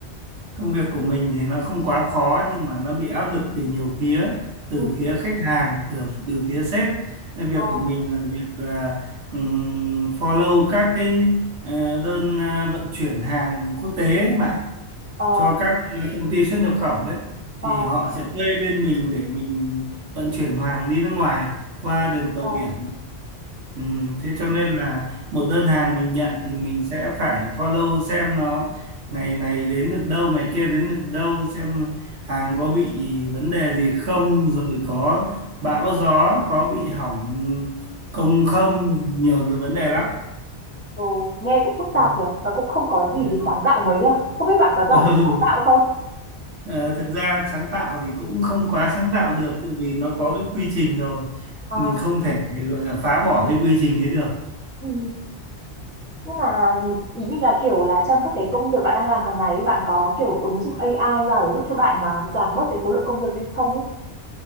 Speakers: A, on the right; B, on the left.
A: Công việc của mình thì nó không quá khó nhưng mà nó bị áp lực từ nhiều phía, từ
B: Ừ.
A: phía khách hàng, từ từ phía sếp. Nên việc
B: Ờ,
A: của mình là việc là ừm, follow các cái ờ, đơn ờ, vận chuyển hàng quốc tế ấy bạn
B: ờ,
A: cho các công ty xuất nhập khẩu ấy thì
B: ờ,
A: họ sẽ thuê bên mình để mình vận chuyển hàng đi nước ngoài qua đường tàu
B: ờ.
A: biển Ừ, thế cho nên là một đơn hàng mình nhận thì mình sẽ phải follow xem nó ngày này đến được đâu, ngày kia đến được đâu, xem hàng có bị vấn đề gì không, rồi có bão gió, có bị hỏng công không, nhiều là vấn đề lắm.
B: Ừ, nghe cũng phức tạp
A: Ừ.
B: được và cũng không có gì
A: Ừ.
B: sáng tạo mấy nhá không biết bạn có giỏi
A: Ừ.
B: về sáng tạo không
A: Ờ, thực ra sáng tạo thì cũng không quá sáng tạo được, tự vì nó có cái quy trình rồi,
B: à,
A: mình không thể gọi là phá bỏ cái quy trình ấy được.
B: ừ. nhưng mà ý mình là kiểu là trong các cái công việc bạn đang làm hàng ngày ấy, bạn có kiểu ứng dụng AI vào để giúp cho bạn à, giảm bớt cái khối lượng công việc đi không ấy